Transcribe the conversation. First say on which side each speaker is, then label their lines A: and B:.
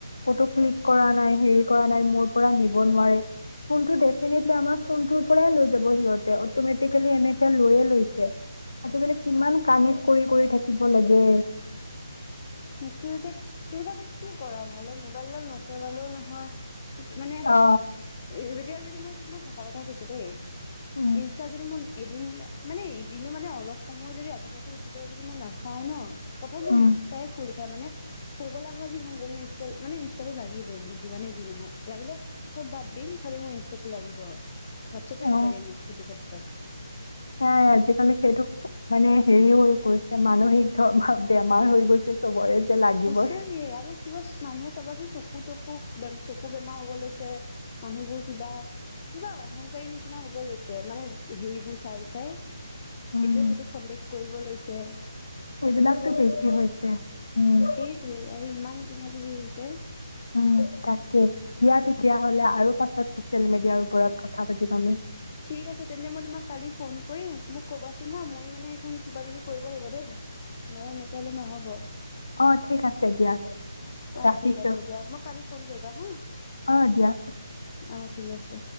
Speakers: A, on the left; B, on the left.
A: কটো ক্লিক কৰা নাই হেৰী কৰা নাই মোৰ পৰা নিব নোৱাৰে। কোনটো ডেট <inaudible> ফোনটো পৰাই লৈ যাব সিহঁতে অতমেটিকেলি লৈয়ে লৈছে। আজি কালি কিমান কানেক্ট কৰি কৰি থাকিব লাগে।
B: সেইটো এতিয়া এই বিলাকক কি কৰা ভাল হয় মোবাইলডাল নচলালেও নহয়। মানে এই,
A: অ
B: এতিয়া যদি মই তোমাক সঁচা কথা কৈছো দেই।
A: উম
B: ইনষ্টা যদি মই এদিন মানে এদিনো মানে অলপ সময় যদি ৰাতিপুৱাটো উঠি পেলাই যদি মই নাচাও ন প্ৰথম মই
A: উম
B: ইনষ্টাই মানে পগলা খোৱালি সংগ মানে ই মানে ইনষ্টাটো লাগিবই মোক যিমানে যি নহওক লাগিলে চব বাদ দিম খালি মোৰ ইনষ্টাটো লাগিব আৰু হোৱাটছএপে
A: অ
B: নালাগে মোক সেইটো ক্ষেত্ৰত।
A: সেয়াই আজিকালি সেইটো মানে হেৰি হৈ গৈছে মানসিক ধ বা বেমাৰ হৈ গৈছে চবৰে। যে লাগিবই
B: সঁচাকে আৰু কিবা মানুহে চাবাচোন চকো। চকু তকু চকু বেমাৰ হ'ব লৈছে মানুহবোৰ কিবা কিবা অহংকাৰী নিচিনা হব লৈছে মানে হেৰিবোৰ চাই চাই।
A: উম
B: এইটোৱে সেইটো সন্দেহ কৰিব লৈছে
A: সেইবিলাকতো
B: তেনেকুৱা হৈ
A: বেছি
B: গৈছে।
A: হৈছে উম
B: সেইটোৱে আৰু ইমান কিবা কিবি হৈছে।
A: উম তাকে ইয়াত তেতিয়া হ'লে আৰু পাছত চচিয়েল মিডিয়াৰ ওপৰত কথা পাতিম আমি।
B: ঠিক আছে তেন্তে মই তোমাক কালি ফোন কৰিম মোক ক'বাচোন হা মই মানে সখন কিবা কিবি কৰিব লাগিব দেই নহ'লে এনেকে হ'লে নহ'ব।
A: অ ঠিক আছে দিয়া
B: অ'
A: ৰাখিছো
B: ঠিক আছে দিয়া মোক কালি ফোন কৰিবা হা
A: আহ দিয়া।
B: অ' ঠিক আছে।